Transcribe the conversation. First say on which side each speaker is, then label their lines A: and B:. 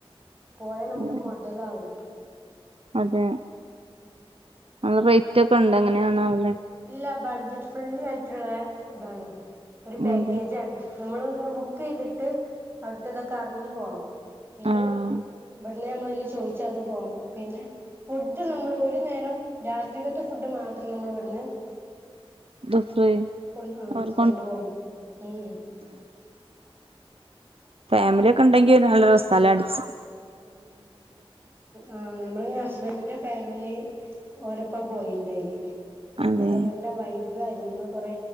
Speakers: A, on the right (about 25°); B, on the right (about 70°).
A: പോയാ നമുക്ക്
B: അതെ
A: മൊതലാവും
B: അതെ
A: ആ
B: ആ റേറ്റൊക്കെണ്ടോ എങ്ങനെയാണാവോ ലേ
A: ഇല്ലപ് ബഡ്ജറ്റ് ഫ്രണ്ട്ലി ആയിട്ടുള്ള ഇതാണ് ഒരു പാക്കേജാണ്
B: അതെ
A: നമ്മൾ ഇങ്ങനെ ബുക്ക് ചെയ്തിട്ട് അവിടുത്ത ഇതൊക്കെ അറിഞ്ഞ് പോണം ഇല്ലോ
B: ആഹ്
A: ബഡ് അന്നേ നമ്മളതിൽ ചോദിച്ചറിഞ്ഞ് പോകണം പിന്നെ ഫുഡ് നമ്മള് ഒരു നേരം രാത്രിക്കത്തെ ഫുഡ് മാത്രം നമ്മള് ഇവിടുന്ന്
B: <unintelligible>
A: കൊണ്ടു ആ
B: അവര്
A: കൊണ്ടു പോവണം ഉം ഉം
B: ഫാമിലിയൊക്കെ ണ്ടെങ്കിൽ നല്ല രസാലേ അടിച്ചു
A: ആ നമ്മള് ഹസ്ബൻഡിന്റെ ഫാമിലി ഓരപ്പ പോയിണ്ടേയിനി
B: അതെ
A: അപ്പൊ നല്ല വൈ ഇതായിരുന്നു കുറേ